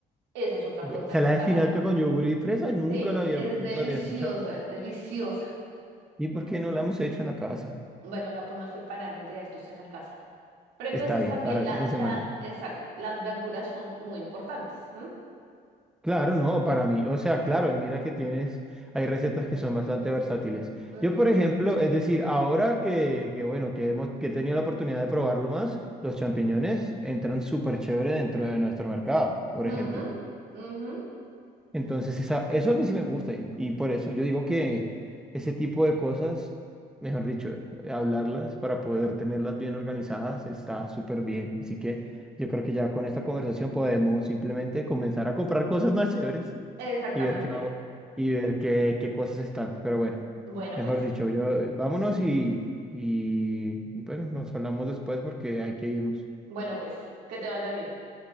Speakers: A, on the right; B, in the centre.
A: Esa es otra forma
B: Ensalada
A: de preparar.
B: de espinaca con yogur y fresa, nunca
A: Sí,
B: lo había,
A: es
B: nunca
A: deliciosa,
B: lo había escuchado.
A: es deliciosa.
B: ¿Y por qué no la hemos hecho en la casa?
A: Bueno, la podemos preparar un día de estos en la casa. Pero entonces
B: Está bien,
A: también
B: para el
A: la,
B: fin de
A: la,
B: semana.
A: exacto, las verduras son muy importantes. ¿m?
B: Claro, no, para mí. O sea, claro, y mira que tienes, hay recetas que son bastante versátiles.
A: Ujú,
B: Yo, por ejemplo, es decir, ahora que, que bueno, que hemos, que he tenido la oportunidad de probarlo más, los champiñones entran súper chévere dentro de nuestro mercado, por
A: ujú,
B: ejemplo.
A: ujú,
B: Entonces, esa- eso a mí sí me gusta y, y por eso yo digo que ese tipo de cosas, mejor dicho, hablarlas para poder tenerlas bien organizadas está súper bien. Así que yo creo que ya con esta conversación podemos simplemente comenzar a comprar cosas más chéveres
A: Exactamente.
B: y ver qué vamos, y ver qué, qué cosas están. Pero bueno,
A: Bueno,
B: mejor
A: pues,
B: dicho, yo vámonos y, y, y bueno, nos hablamos después porque hay que irnos.
A: bueno, pues, que te vaya bien.